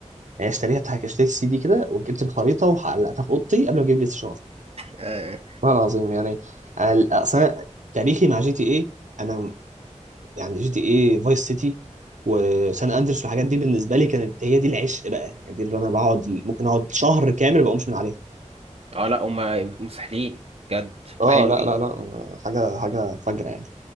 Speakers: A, on the right (about 75°); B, on the right (about 55°).
A: يعني اشتريها بتاع- اشتريت السي دي كده وجبت الخريطه وعلقتها في اوضتي قبل ما اجيب البلاي ستيشن اصلا
B: اه, آه
A: والله العظيم يعني انا اصلا تاريخي مع جي تي اي انا يعني جي تي اي فايس سيتي وسان اندرس والحاجات دي بالنسبه لي كانت هي دي العشق بقى يعني دي اللي انا بقعد ممكن اقعد شهر كامل ما بقومش من عليها
B: آه، لا هما مسحلين جد وحلوين
A: اه لا لا لا حاجه حاجه فجره يعني